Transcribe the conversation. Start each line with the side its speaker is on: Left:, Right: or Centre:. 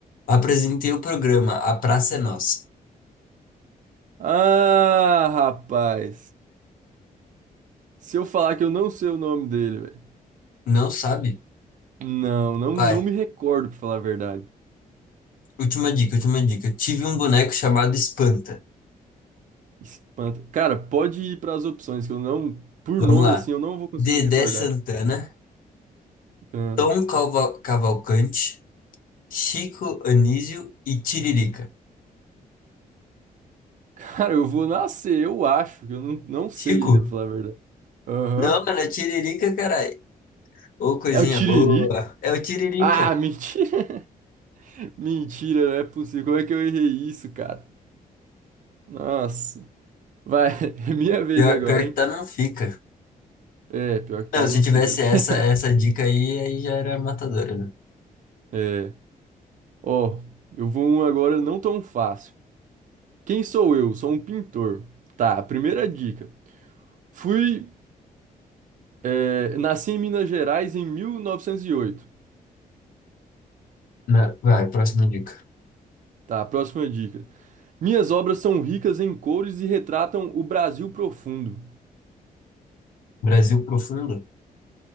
Left: Apresentei o programa A Praça é Nossa.
Right: Ah, rapaz. Se eu falar que eu não sei o nome dele, velho.
Left: Não sabe?
Right: Não, não,
Left: Vai.
Right: não me recordo, pra falar a verdade.
Left: Última dica, última dica. Tive um boneco chamado Espanta.
Right: Espanta. Cara, pode ir para as opções que eu não, por
Left: Vamos
Right: nome
Left: lá.
Right: assim, eu não vou conseguir
Left: Dedé
Right: me recordar.
Left: Santana,
Right: Ah.
Left: Tom Calva- Cavalcante, Chico Anísio e Tiririca.
Right: Cara, eu vou nascer, eu acho, que eu não, não sei
Left: Chico?
Right: ainda, pra falar a verdade. Aham.
Left: Não, mano, é Tiririca, caralho. Ô, coisinha
Right: É o Tiriri?
Left: boa. É o Tiririca.
Right: Ah, mentira. <laughs> Mentira, não é possível. Como é que eu errei isso, cara? Nossa. Vai, <laughs> é minha vez
Left: Pior,
Right: agora,
Left: pior que
Right: hein?
Left: tá, não fica.
Right: É, pior que
Left: Não,
Right: tá,
Left: se
Right: não
Left: tivesse
Right: fica. <laughs>
Left: essa, essa dica aí, aí já era matadora, né?
Right: É. Ó, eu vou um agora não tão fácil. Quem sou eu? Sou um pintor. Tá, a primeira dica. Fui. é, nasci em Minas Gerais em 1908.
Left: Não, vai, próxima dica.
Right: Tá, próxima dica. Minhas obras são ricas em cores e retratam o Brasil profundo.
Left: Brasil profundo?